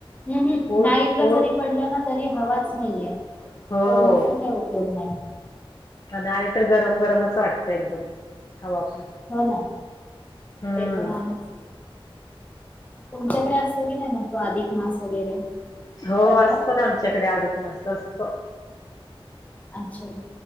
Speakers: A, on the left; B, on the left.
A: हम्म हम्
B: ऊन
A: नाईट ला
B: ऊन
A: जरी पडलं ना तरी हवाच नाहीये.
B: हो
A: पडून पण काय उपयोग नाही.
B: आणि आणि तर गरम गरमच वाटतं एकदम हवा पण
A: हो ना
B: हम
A: ते तर आहेच तुमच्याकडे असतो की नाही मग तो अधिक मास वगैरे
B: हो
A: करतात
B: असतो ना आमच्याकडे अधिक मास असतो.
A: अच्छा अच्छा